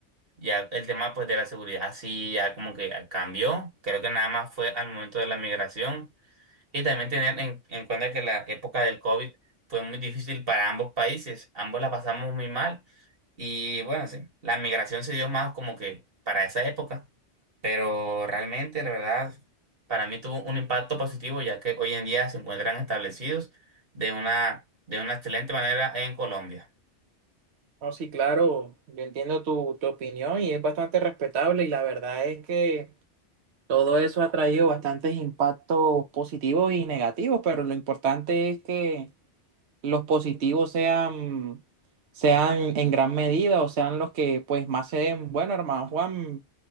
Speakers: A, on the right; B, on the right.
A: Ya el tema pues de la seguridad sí ya como que cambió, creo que nada más fue al momento de la migración y también tener en, en cuenta que la época del COVID fue muy difícil para ambos países, ambos la pasamos muy mal y bueno, sí, la migración se dio más como que para esa época. Pero realmente, la verdad, para mí tuvo un impacto positivo, ya que hoy en día se encuentran establecidos de una, de una excelente manera en Colombia.
B: No, sí, claro, yo entiendo tu, tu opinión y es bastante respetable y la verdad es que todo eso ha traído bastantes impactos positivos y negativos, pero lo importante es que los positivos sean, sean en gran medida o sean los que pues más se den. Bueno, hermano Juan,